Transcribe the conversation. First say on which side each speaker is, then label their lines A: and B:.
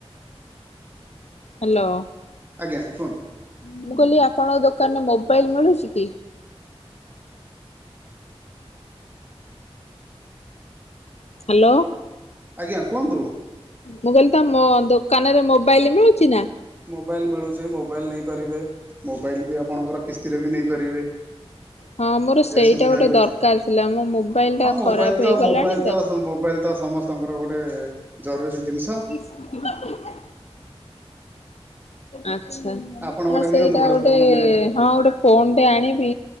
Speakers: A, on the left; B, on the right.
A: ହ୍ୟାଲୋ।
B: ଆଜ୍ଞା କୁହନ୍ତୁ।
A: ମୁଁ, କହିଲି ଆପଣଙ୍କ ଦୋକାନ ରେ। ମୋବାଇଲ୍ ମିଳୁଛି କି? ହ୍ୟାଲୋ।
B: ଆଜ୍ଞା କୁହନ୍ତୁ।
A: ମୁଁ, କହିଲି ତ ମ ଦୋକାନ ରେ ମୋବାଇଲ୍ ମିଳୁଛି ନା?
B: ମୋବାଇଲ୍ ମିଳୁଚି ମୋବାଇଲ୍ ନେଇପାରିବେ ମୋବାଇଲ୍ ବି ଆପଣଙ୍କର କିସ୍ତିରେ ବି ନେଇପାରିବେ।
A: ହଁ ମୋର
B: ହ <unintelligible> ସେ
A: ସେଇଟା
B: ସୁବିଧା
A: ଗୋଟେ
B: ବି
A: ଦରକାର
B: ଅଛି
A: ଥିଲା ମୋ ମୋବାଇଲ ଟା
B: ହଁ ମୋବାଇଲ୍
A: ଖରାପ
B: ତ
A: ହେଇଗଲାଣି
B: ମୋବାଇଲ୍ ତ ସ ମୋବାଇଲ୍ ତ ସମସ୍ ତଙ୍କର ଗୋଟେ ଜରୁରୀ ଜିନିଷ।
A: <unintelligible> ଆଚ୍ଛା
B: ଆପଣ
A: ହଁ
B: ଗୋଟେ
A: ସେଇଟା
B: ନିଅନ୍ତୁ
A: ଗୋଟେ
B: ଫୋନ
A: ହଁ
B: ନିଅନ୍ତୁ
A: ଗୋଟେ ଫୋନଟେ ଆଣିବି